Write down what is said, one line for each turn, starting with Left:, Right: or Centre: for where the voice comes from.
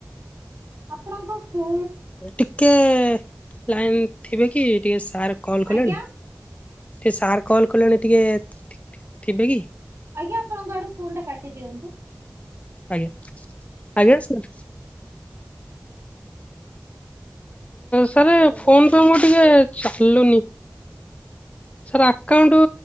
Right: ଆପଣଙ୍କ ଫୁ
Left: ଟିକେ ଲାଇନ ଥିବେ କି ଟିକେ ସାର୍ କଲ୍ କଲେଣି?
Right: ଆଜ୍ଞା
Left: ଟିକେ ସାର୍ କଲ୍ କଲେଣି ଟିକେ ଥିବେ କି?
Right: ଆଜ୍ଞା ଆପଣଙ୍କ ଆଡୁ ଫୋନ୍ ଟା କାଟି ଦିଅନ୍ତୁ।
Left: ଆଜ୍ଞା। ଆଜ୍ଞା ସାର ସାର୍
Right: ଏଇଟା
Left: ଫୋନ୍
Right: ଅନାର୍ଯ୍ୟ
Left: ପେ ମୋର ଟିକେ ଚାଲୁନି ସାର୍ ଆକାଉଣ୍ଟ